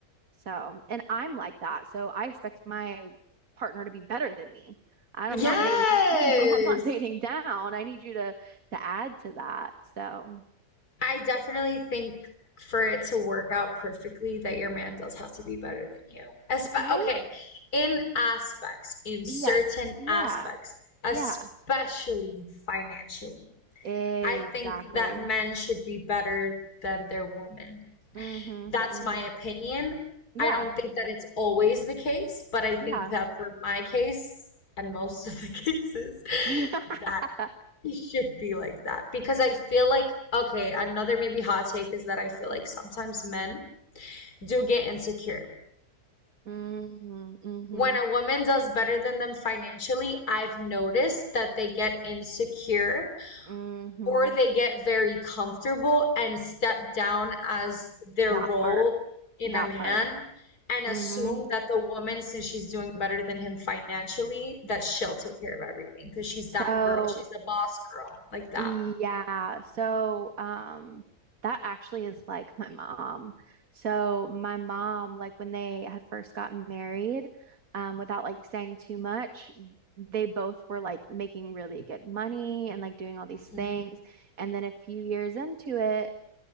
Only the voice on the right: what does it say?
So, and I'm like that. So I expect my partner to be better than me. I'm
not dating, you know, <laughs> I'm not dating down. I need you to to add to that. So,
right?
Yes. Yeah.
Yeah.
Exactly.
hmm
hmm
Yeah.
Yeah.
<laughs>
Mm-hmm, mm-hmm,
mm-hmm.
That
part,
that
part.
Mm-hmm.
So,
yeah, so um that actually is like my mom. So my mom, like when they had first gotten married, um, without like saying too much, they both were like making really good money and like doing all these things.
And then a few years into it,